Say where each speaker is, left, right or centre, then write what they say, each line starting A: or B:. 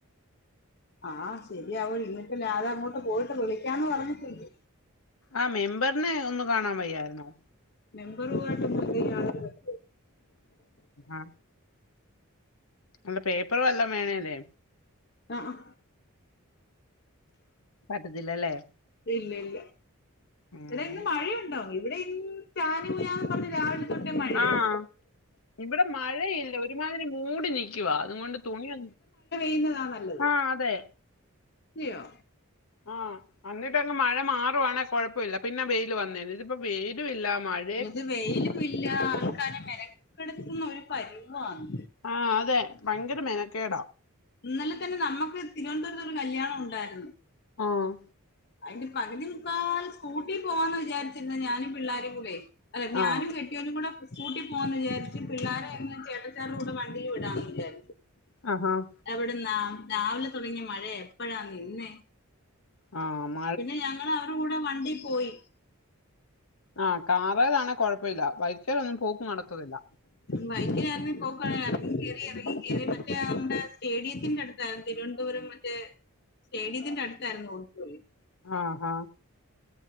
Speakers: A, on the left; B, on the left.
A: ആഹ് ശെരിയാവോ ഇന്നിപ്പല്ലെ അതങ്ങോട്ട് പോയിട്ട് വിളിക്കാംന്ന് പറഞ്ഞിട്ട്ണ്ട്
B: ആ മെമ്പറിനെ ഒന്നു കാണാൻ വയ്യായ്ര്ന്നോ
A: മെമ്പറുവായിട്ടൊന്നും അതിന് യാതൊരു ബന്ധവുല്ല
B: ആഹ്. അല്ല പേപ്പറ് വല്ലോം വേണേലെ
A: ആഹ് ആഹ്
B: പറ്റത്തില്ലല്ലേ
A: ഇല്ല ഇല്ല
B: ഉം
A: എടാ ഇന്ന് മഴയുണ്ടോ ഇവടെ ഇന്ന് ചാന് കൂനാന്നും പറഞ്ഞ് രാവിലെ തൊട്ടേ മഴയാ
B: ആഹ്. ഇവടെ മഴയില്ല ഒരുമാതിരി മൂടി നിക്കുവാ അതും കൊണ്ട് തുണിയൊ
A: ക്ക്ന്നതാ നല്ലത്.
B: ആഹ് അതെ.
A: അതെയോ
B: ആഹ് അന്ന്ട്ടങ്ങ് മഴ മാറുവാണെ കൊഴപ്പവില്ല പിന്നെ വെയില് വന്നേനേ ഇതിപ്പ വെയിലും ഇല്ല മഴ
A: ഇത് വെയിലും ഇല്ല ആൾക്കാരെ മെനക്കെട്ത്ത്ന്നൊര് പരിവാന്ന്
B: ആഹ് അതെ ഭങ്കര മെനക്കേടാ
A: ഇന്നലെ തന്നെ നമ്മക്ക് തിരുവനന്തപുരത്തൊര് കല്യാണം ഒണ്ടായിരുന്നു
B: ആഹ്
A: അയ്ന്റെ പകുതി മുക്കാലും സ്കൂട്ടി പോവാന്നാ വിചാരിച്ചിര്ന്നെ ഞാനും പിള്ളാരും കൂടെ അല്ല ഞാനും
B: ആ
A: കെ ട്ടിയോനും കൂടെ സ്കൂട്ടി പോവാന്ന് വിജാരിച്ച് പിള്ളാരെയങ്ങ് ചേട്ടച്ചാരുടെ കൂടെ വണ്ടി വിടാന്ന് വിജാരിച്ചു.
B: ആഹ് ആഹ്
A: എവട്ന്നാ രാവിലെ തൊടങ്ങിയ മഴയാ എപ്പഴാ നിന്നെ?
B: ആഹ് മ്
A: പിന്നെ ഞങ്ങളവരെ കൂടെ വണ്ടീ പോയി.
B: ആഹ് കാറേലാണെ കൊഴപ്പയില്ല ബൈക്കേലൊന്നും പോക്ക് നടക്കത്തില്ലാ.
A: ബൈക്കേ ആര്ന്നേ പോക്ക് എറങ്ങി കേറി എറങ്ങി കേറി മറ്റേ ആ നമ്മടെ സ്റ്റേഡിയത്തിന്റെട് ത്താ തിരുവനന്തപുരം മറ്റേ സ്റ്റേഡിയത്തിന്റെ അട്ത്താരുന്നു ഓഡിറ്റോറിയം.
B: ആഹ് ആഹ്